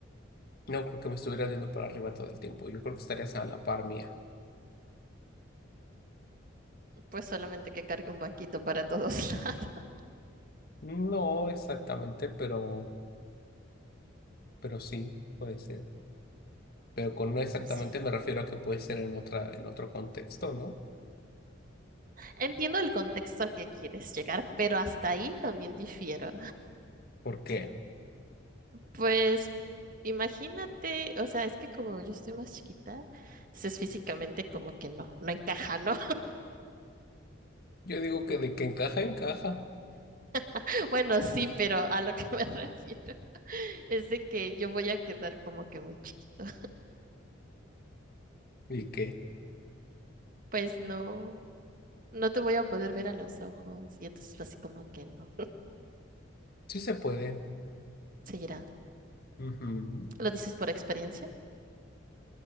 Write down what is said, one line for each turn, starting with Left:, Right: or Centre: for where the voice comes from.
Left: no creo que me estuvieras viendo para arriba todo el tiempo. Yo creo que estarías a la par mía.
Right: pues solamente que cargue un banquito para todos <laughs>
Left: No exactamente, pero, pero sí, puede ser. pero con no exactamente
Right: lados.
Left: me refiero a que puede ser en otra, en otro contexto, ¿no?
Right: Entiendo el contexto al que quieres llegar, pero hasta ahí también difiero.
Left: Porque
Right: Pues imagínate, o sea, es que como yo estoy más chiquita, entonces físicamente como que no, no encaja, ¿no?
Left: yo digo que de que encaja, encaja.
Right: <laughs> Bueno, sí, pero a lo que me <laughs> refiero es de que yo voy a quedar como que muy chiquito.
Left: ¿Y que
Right: Pues no, no te voy a poder ver a los ojos y entonces así como que no.
Left: Sí se puede.
Right: Seguirá.
Left: Ujú,
Right: ¿Lo dices por experiencia?